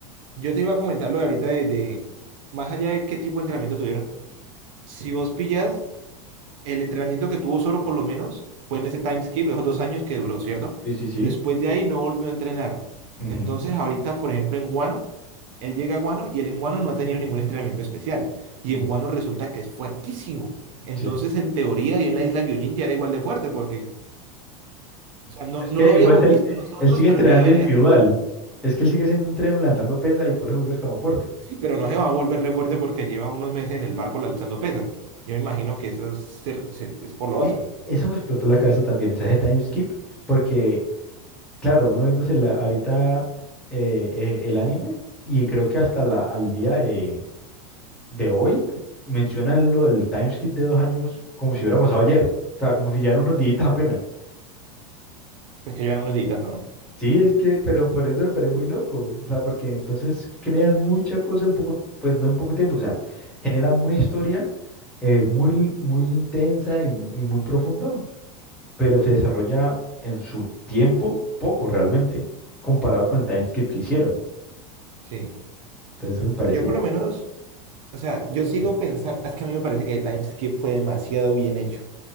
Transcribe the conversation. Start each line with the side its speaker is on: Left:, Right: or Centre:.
Right: yo te iba a comentar lo de ahorita de, de, más allá de qué tipo de entrenamiento tuvieron. Si vos pillas el entrenamiento que tuvo Soro por lo menos, fue en ese time skip, esos dos años que duró, ¿cierto?
Centre: Sí, sí, sí.
Right: Después de ahí no volvió a entrenar.
Centre: Ujú,
Right: Entonces ahorita, por ejemplo, en Guano, él llega a Guano y él en Guano no ha tenido ningún entrenamiento especial. Y
Centre: mm,
Right: en Guano resulta que es fuertísimo. Entonces,
Centre: sí.
Right: en teoría y en la isla Gyojin ya era igual de fuerte porque, o sea, no,
Centre: Es
Right: no
Centre: que
Right: lo habíamos
Centre: igual él,
Right: visto nosotros,
Centre: él sigue
Right: pero
Centre: entrenando
Right: ya debería
Centre: individual.
Right: tener.
Centre: Es que él sigue haciendo entreno, lanzando pesa y por eso vuelve hasta más fuerte.
Right: Sí, pero no se va a volver re fuerte porque lleva unos meses en el barco alzando pesas. Yo imagino que eso es, ser- ser- es por lo otro.
Centre: E- Eso me explotó la cabeza también, esa de time skip, porque, claro, uno viéndose la, ahorita eh, eh, el anime y creo que hasta la, al día de, de hoy menciona lo del timeskip de dos años como si hubiera pasado ayer. O sea, como si ya eran unos días apenas.
Right: Pues que llevan unos días, ¿no?
Centre: Sí, es que, pero por eso me parece muy loco. O sea, porque entonces crean mucha cosa en poco, pues no en poco tiempo. O sea, generan una historia eh, muy, muy intensa y, y muy profunda, pero se desarrolla en su tiempo poco realmente, comparado con el timeskip que hicieron.
Right: Sí.
Centre: Entonces me parece,
Right: Pero Yo por lo menos, o sea, yo sigo pensando, es que a mí me parece que Timeskip fue demasiado bien hecho,